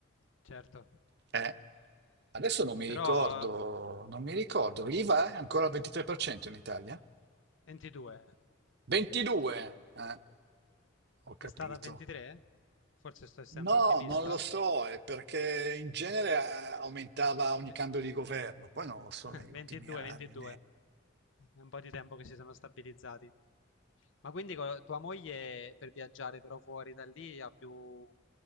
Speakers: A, on the left (about 65°); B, on the right (about 50°).
A: Certo,
B: Eh, Adesso non mi
A: però
B: ricordo, non mi ricordo, l'IVA è ancora al 23% in Italia?
A: 22,
B: 22? Eh, ho capito.
A: è stata 23? Forse sto essendo
B: No,
A: ottimista?
B: non lo so, è perché in genere eh, aumentava ogni
A: Ve-
B: cambio di governo, poi non lo so
A: <laughs>
B: negli
A: 22,
B: ultimi anni.
A: 22, è un po' di tempo che si sono stabilizzati. Ma quindi co- tua moglie per viaggiare però fuori da lì ha più,